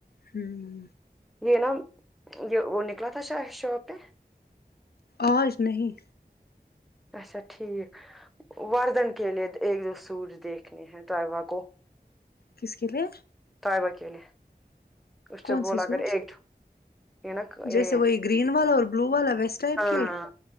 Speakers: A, on the left; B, in the centre.
A: ہمم
B: یے نا یے وہ نکلا تھا شاہ شاپ پے
A: آج نہیں
B: اچھا ٹھیک وردن کے لیے ایک دو سورج دیکھنے ہے توائبہ کو
A: کس کے لیے
B: طائبہ کے لیے اس سے
A: کون
B: بول اگر
A: سوٹس
B: ایک یہ نا یہ
A: جیسے وہی گرین والا اور بلو والا ویس ٹائپ
B: ہاں
A: کے